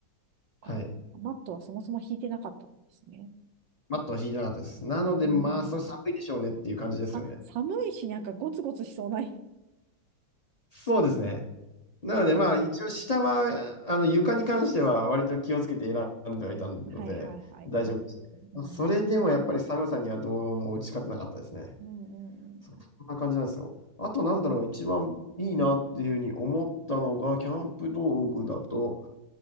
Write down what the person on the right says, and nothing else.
か。
マットはそもそも引いてなかったんですね。
うん
さ、寒いし、なんかゴツゴツしそうない
し。
はいはいはい。
うん。
うんうんうん。